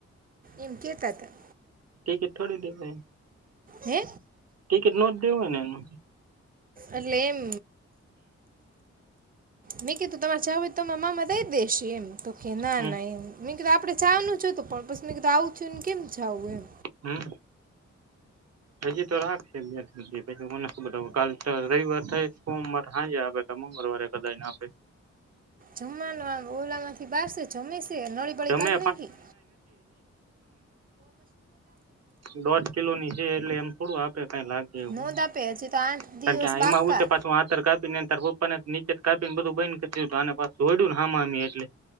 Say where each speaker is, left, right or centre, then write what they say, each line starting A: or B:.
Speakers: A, on the right; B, on the right.
A: એમ કે તા તા.
B: ટિકિટ થોડી દેવાય,
A: હે
B: ટિકિટ નો દેવું ને એમાં
A: એટલે એમ મેં કીધુ તમારે જાવુ હોય તો તમા મામા દઈ દેેશે એમ. તો કે ના
B: હમ
A: ના એમ આપણે જાવાનું જ હતુ પણ પસી મેં કીધુ આવું ચૂન કેમ જાવુ એમ
B: હમ હજી તો રાખશે બે તણ દિ પછી કોને ખબર <unintelligible> કાલ તો રવિવાર થાય, સોમવાર હાંજે આપે કાં મંગળવારે કદાચ આપે.
A: જમવાનું આમ ઓલામાંથી બારશે, જમેશે, નળીબળી
B: જમે
A: કાઢ નાયખી
B: ડોઢ કિલોની છે એટલે. એમ થોડું આપ કાંઈ લાગ. <unintelligible>
A: નોંધ આપે હજી તો આઠ
B: કારણ
A: દિવસ
B: કે
A: પાક્કા
B: એમાં એવું છે પાછું. <unintelligible> પન આત નીચેથી કાપીને બધુ બયન કર દીધું, અને પા જોડ્યું ને હામ હામી એટલે.